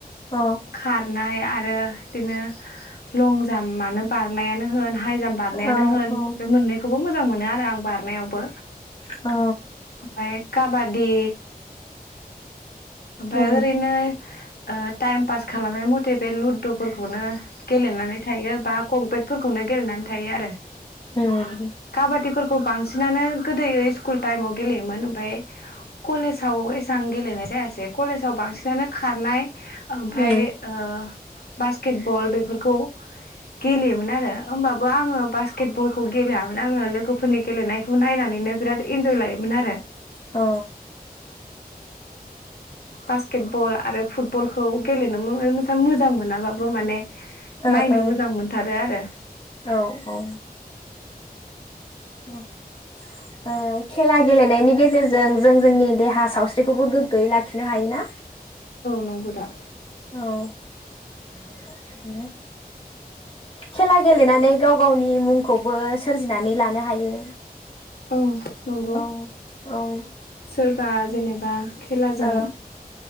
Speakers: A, on the left; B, on the left.
A: अ
B: खारनाय आरो दिनो । लं जाम्प‌आनो बार नायानो होन हाइ जाम्प बारनायानो
A: औ
B: होन
A: औ
B: बे मोननैखौबो मोजां मोन नो आरो आं बारनायावबो।
A: औ।
B: मफाय काबादि। ओमफाय
A: उम
B: ओरैनो ओ टाइम पास खालामनाय मथ थे लुददुफोरखौनो गेलेनानै थायो बा कमफेकफोरखौनो गेलेनानै थायो आरो।
A: उम
B: काबादिफोरफोरखौ बां सिनानो गोदोयो इस्कुल टाइमाव गेलेयोमोन ओमफ्राय कलेजाव एसांं गेलेनाय जायासै दे कलेजाव बांसिनानो खारनाय। ओमफाय
A: उम
B: ओ। बास्केट बल बेफोरखौ गेलेयोमोन आरो ओमबाबो आङो बास्केट बलखौ गेलेयामोन आङो लोगोफोरनि गेलेनायखौ नायनानैनो बिराद इन्जय लायोमोन आरो।
A: अ।
B: बासकेट बल आरो फुटबलनि खौ गेलेनो मो मोजां मोनाबाबो माने।
A: ओ
B: नायनो मोजां मोनथारो आरो।
A: औ औ ओ खेला गेलेनायनि गेजेरजों जों जोंनि देहा सावस्रिखौबो गोग्गोयै लाखिनो हायो ना।
B: नंगौदा।
A: अ ओ खेला गेल लेनानै गाव गावनि मुंखौबो सोरजिनानै लानो हायो।
B: औ नंगौ
A: औ औ ओ
B: सोरबा जेनेबा खेलाजों।
A: औ